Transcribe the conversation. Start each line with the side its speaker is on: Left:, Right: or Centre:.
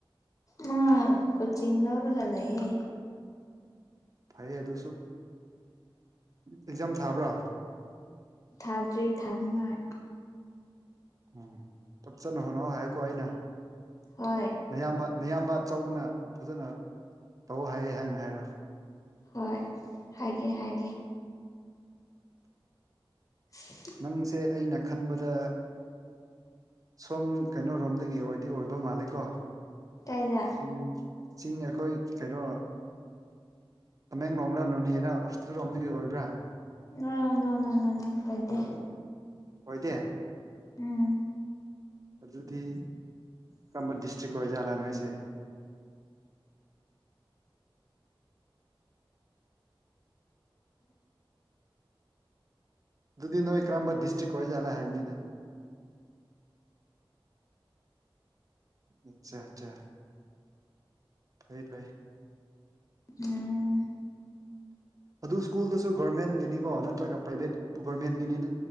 Left: ꯃꯥ ꯀꯣꯆꯤꯡ ꯂꯧꯔ ꯂꯩꯌꯦ
Right: ꯐꯩꯌꯦ ꯑꯗꯨꯁꯨ ꯑꯦꯛꯖꯥꯝ ꯊꯥꯕ꯭ꯔꯥ
Left: ꯊꯥꯗ꯭ꯔꯤ ꯊꯥꯅꯤꯡꯉꯥꯢ
Right: ꯎꯝ ꯐꯖꯥꯖ ꯍꯣꯠꯅꯧ ꯍꯥꯏꯌꯣꯀꯣ ꯑꯩꯅ
Left: ꯍꯣꯏ
Right: ꯅꯌꯥꯝꯕ ꯅꯌꯥꯝꯕ ꯑꯆꯧꯕꯅ ꯐꯖꯅ ꯇꯧ ꯍꯥꯏꯌꯦ ꯍꯥꯏꯅ ꯍꯥꯏꯔꯣ
Left: ꯍꯣꯏ ꯍꯥꯏꯒꯦ ꯍꯥꯏꯒꯦ <unintelligible>
Right: ꯅꯪꯁꯦ ꯑꯩꯅ ꯈꯟꯕꯗ ꯁꯣꯝ ꯀꯩꯅꯣꯔꯣꯝꯗꯒꯤ ꯑꯣꯏꯗꯤ ꯑꯣꯏꯕ ꯃꯥꯜꯂꯦꯀꯣ
Left: ꯀꯥꯏꯗ
Right: ꯆꯤꯡ ꯆꯤꯡ ꯑꯩꯈꯣꯏ ꯀꯩꯅꯣ ꯇꯃꯦꯡꯂꯣꯡꯂ ꯅꯣꯅꯦꯔꯥ ꯎꯔꯁꯨꯔꯣꯝꯒꯤ ꯑꯣꯏꯕ꯭ꯔꯥ
Left: ꯅꯣ ꯅꯣ ꯅꯣ ꯑꯣꯢꯗꯦ
Right: ꯑꯣꯏꯗꯦ
Left: ꯎꯝ
Right: ꯑꯗꯨꯗꯤ ꯀꯔꯝꯕ ꯗꯤꯁꯇ꯭ꯔꯤꯛ ꯑꯣꯏꯖꯥꯠꯂꯥ ꯅꯣꯏꯁꯦ ꯑꯗꯨꯗꯤ ꯅꯣꯏ ꯀꯔꯝꯕ ꯗꯤꯁꯇ꯭ꯔꯤꯛ ꯑꯣꯏꯖꯠꯂ ꯍꯥꯏꯕꯅꯤꯗ ꯑꯆꯥ ꯑꯆꯥ ꯐꯩ ꯐꯩ
Left: ꯎꯝ
Right: ꯑꯗꯨ ꯁ꯭ꯀꯨꯜꯗꯁꯨ ꯒꯣꯔꯃꯦꯟꯒꯤꯅꯤꯀꯣ ꯅꯠꯇ꯭ꯔꯒ ꯄ꯭ꯔꯥꯏꯚꯦꯠ ꯒꯣꯔꯃꯦꯟꯒꯤꯅꯤꯅ